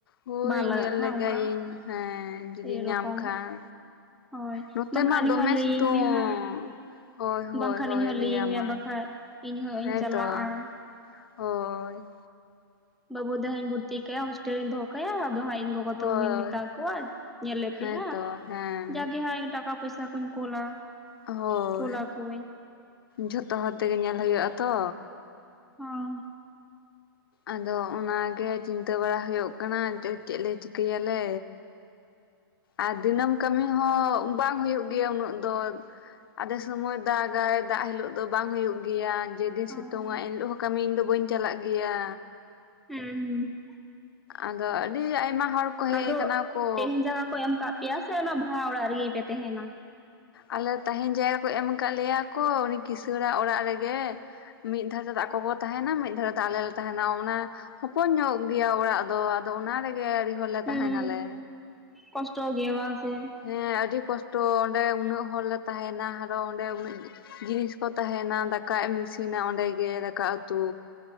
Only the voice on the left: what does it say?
ᱦᱳᱭ
ᱧᱮᱞ
ᱞᱮᱜᱟᱭᱤᱧ
ᱦᱮᱸ ᱡᱩᱫᱤ
ᱧᱟᱢ ᱠᱷᱟᱱ᱾
ᱱᱚᱛᱮ
ᱢᱟ ᱫᱚᱢᱮ
ᱥᱤᱛᱩᱝ
ᱦᱳᱭ ᱦᱳᱭ
ᱦᱳᱭ
ᱞᱟᱹᱭᱟᱢᱟᱭ
ᱦᱮᱸᱛᱚ
ᱦᱳᱭ᱾
ᱦᱳᱭ
ᱦᱮᱸᱛᱚ
ᱦᱮᱸ
ᱦᱳᱭ
ᱡᱷᱚᱛᱚ ᱦᱚᱲ ᱛᱮᱜᱮ ᱧᱮᱞ ᱦᱩᱭᱩᱜᱼᱟ ᱛᱚ᱾
ᱟᱫᱚ ᱚᱱᱟᱜᱮ ᱪᱤᱱᱛᱟᱹ ᱵᱟᱲᱟ ᱦᱩᱭᱩᱜ ᱠᱟᱱᱟ ᱡᱮ ᱪᱮᱫ ᱞᱮ ᱪᱤᱠᱟᱹᱭᱟ ᱞᱮ᱾ ᱟᱨ ᱫᱤᱱᱟᱹᱢ ᱠᱟᱹᱢᱤ ᱦᱚᱸ ᱵᱟᱝ ᱦᱩᱭᱩᱜ ᱜᱮᱭᱟ ᱩᱱᱟᱹᱜ ᱫᱚ ᱟᱫᱷᱮ ᱥᱚᱢᱚᱭ ᱫᱟᱜᱟᱭ ᱫᱟᱜ ᱦᱤᱞᱳᱜ ᱫᱚ ᱵᱟᱝ ᱦᱩᱭᱩᱜ ᱜᱤᱭᱟ᱾ ᱡᱮᱫᱤᱱ
ᱥᱤᱛᱩᱝᱼᱟ ᱮᱱᱦᱤᱞᱳᱜ ᱦᱚᱸ ᱠᱟᱹᱢᱤ ᱤᱧ ᱫᱚ ᱵᱟᱹᱧ ᱪᱟᱞᱟᱜ ᱜᱮᱭᱟ᱾
ᱟᱫᱚ ᱟᱹᱰᱤ ᱟᱭᱢᱟ ᱦᱚᱲ ᱠᱚ ᱦᱮᱡ
ᱟᱠᱟᱱᱟ ᱠᱚ
ᱟᱞᱮ ᱛᱟᱦᱮᱸᱱ ᱡᱟᱭᱜᱟ ᱠᱚ ᱮᱢ ᱠᱟᱫ ᱞᱮᱭᱟ ᱠᱚ ᱩᱱᱤ ᱠᱤᱥᱟᱹᱬᱟ ᱚᱲᱟᱜ ᱨᱮᱜᱮ᱾ ᱢᱤᱫ ᱫᱷᱟᱨᱮ ᱫᱚ ᱟᱠᱚ ᱠᱚ ᱛᱟᱦᱮᱱᱟ ᱢᱤᱫ ᱫᱷᱟᱨᱮ ᱟᱞᱮ ᱞᱮ ᱛᱟᱦᱮᱱᱟ ᱚᱱᱟ ᱦᱚᱯᱚᱱ ᱧᱚᱜ ᱜᱮᱭᱟ ᱚᱲᱟᱜ ᱫᱚ ᱟᱫᱚ ᱚᱱᱟ ᱨᱮᱜᱮ ᱦᱚᱲ ᱞᱮ
ᱛᱟᱦᱮᱸᱱᱟᱞᱮ᱾
ᱦᱮᱸ ᱟᱹᱰᱤ ᱠᱚᱥᱴᱚ ᱚᱸᱰᱮ ᱩᱱᱟᱹᱜ ᱦᱚᱲᱞᱮ ᱛᱟᱦᱮᱸᱱᱟ ᱟᱨᱚ ᱚᱸᱰᱮ ᱩᱱᱟᱹᱜ ᱡᱤᱱᱤᱥ ᱠᱚ ᱛᱟᱦᱮᱸᱱᱟ ᱫᱟᱠᱟ ᱮᱢ ᱤᱥᱤᱱᱟ ᱚᱸᱰᱮᱜᱮ ᱫᱟᱠᱟ ᱩᱛᱩ᱾